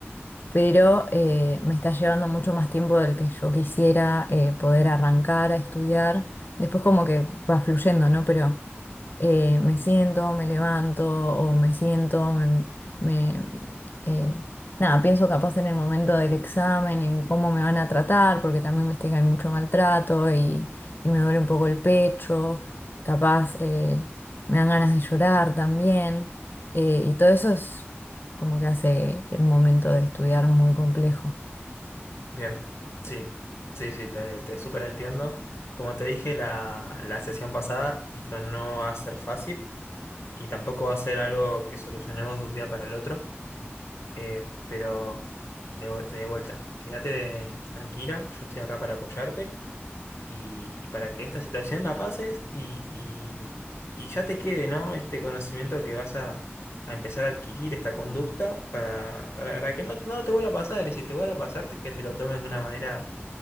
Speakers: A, on the left (about 50°); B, on the left (about 75°).
A: pero eh, me está llevando mucho más tiempo del que yo quisiera eh, poder arrancar a estudiar. Después como que va fluyendo, ¿no? Pero eh, me siento, me levanto o me siento, me, me, eh, nada, pienso capaz en el momento del examen, en cómo me van a tratar, porque también viste que hay mucho maltrato y, y me duele un poco el pecho, capaz eh, me dan ganas de llorar también, eh, y todo eso es como que hace el momento de estudiar muy complejo.
B: bien. Sí, sí, sí, te, te súper entiendo. Como te dije la, la sesión pasada, esto no va a ser fácil y tampoco va a ser algo que solucionemos de un día para el otro, Eh, pero de, vu- de vuelta, quédate tranquila, yo estoy acá para apoyarte y, y para que esta situación la pases y, y- y ya te quede, ¿no? Este conocimiento que vas a, a empezar a adquirir, esta conducta, para, para- para que no, no te vuelva a pasar, y si te vuelve a pasar, te- que te lo tomes de una manera,